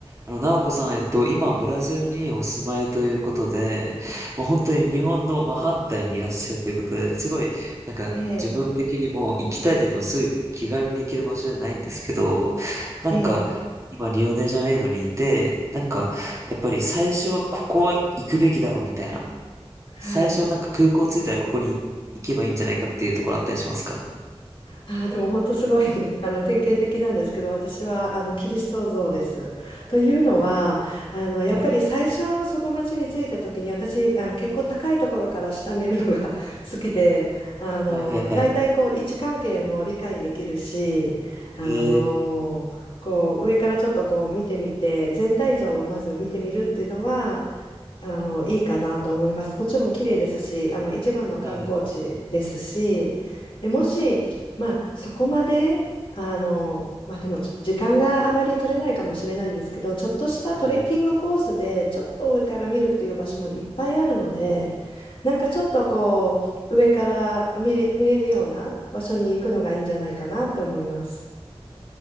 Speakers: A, on the right; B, on the left.
A: あの、なおこさん、えっと、今、ブラジルにお住まいということで、もう本当に日本の真反対にいらっしゃるということで、すごい、なんか、
B: ええ、
A: 自分的にも行きたいって言ってもすぐ気軽に行ける場所じゃないんですけど、なんか、
B: ええ、
A: 今、リオネジャネイロにいて、なんか、やっぱり最初はここ行くべきだろうみたいな。
B: はい。
A: 最初、なんか空港着いたらここに行けばいいんじゃないかっていうところあったりしますか
B: ああ、でも本当すごい <laughs> あの典型的なんですけど、私はあのキリスト像です。というのは、
A: えーはい。
B: あのやっぱり最初その町に着いた時に私あの結構高いところから下見るのが <laughs> 好きで、あの大体こう位置関係も理解できるし、
A: はいはいはい。えー
B: あのこう上からちょっとこう見てみて全体像をまず見てみるっていうのはあの、いいかなと思います。もちろん綺麗ですし、あの、一番の観光地ですし、
A: はい。
B: で、もし、まあ、そこまで、あの、まあ、でもちょ、時間があまり取れないかもしれないんですけど、ちょっとしたトレッキングコースで、
A: はい。
B: ちょっと上から見るっていう場所もいっぱいあるので、なんかちょっとこう、上から見れ、見れるような場所に行くのがいいんじゃないかなって思います。